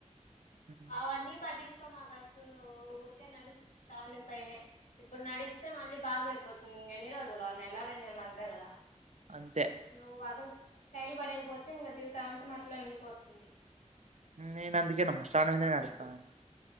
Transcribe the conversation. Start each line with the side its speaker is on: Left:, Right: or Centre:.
Right: "ఉమ్,
Left: అవనీ పట్టించి మా కష్ నువ్వు ఊరికే నడిస్తు స్టాండ్ పనే ఇప్పుడు నడిస్తే మళ్ళీ బాగాయిపోతుంది. ఇంకా ఎన్ని రోజులు అ నెల్ల రెండు నెలలు అంతే కదా
Right: అంతే
Left: నువు వధ శైలి పడకపోతే ఇంకా దీవితంతో అట్లా ఉండిపోతుంది.
Right: నేను అందుకే నెమో స్టాండ్ మీదనే నడుస్తున్న